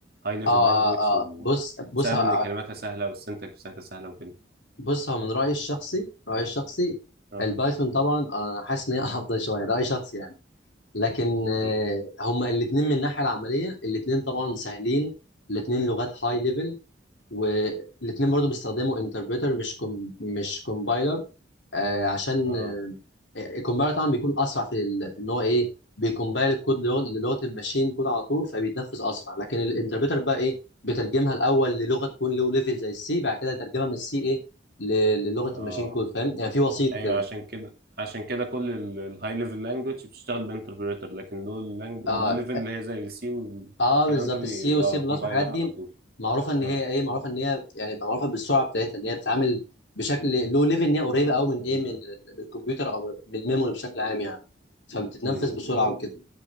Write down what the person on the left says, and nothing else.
اه
اه
آه. بص بص ه-
بص هو من رايي الشخصي رايي الشخصي
البايثون طبعا انا حاسس ان هي <laughs> افضل شويه ده راي شخصي يعني لكن آه،
هما الاثنين من الناحيه العمليه الاثنين طبعا سهلين الاثنين لغات هاي ليفل والاثنين برضو بيستخدموا انتربريتر مش كم مش كومبايلر آه عشان
آه، الكومبايلر طبعا بيكون اسرع في ال- في ان هو ايه بيكومبايل الكود للغ- للغه الماشين كود على طول فبيتنفذ اسرع لكن الانتربريتر بقى ايه بترجمها الاول للغه تكون لو ليفل زي السي بعد كده يترجمها من السي ايه ل- للغه
الماشين كود فاهم يعني في وسيط
كده
اه
اه بالظبط
السي والسي بلس
والحاجات دي
معروفه ان هي
ايه معروفه ان هي يعني معروفه بالسرعه بتاعتها ان هي بتتعامل بشكل لو ليفل ان هي قريبه قوي من ايه
من ال- من الكمبيوتر او من الميموري بشكل عام يعني فبتتنفذ
بسرعه وكده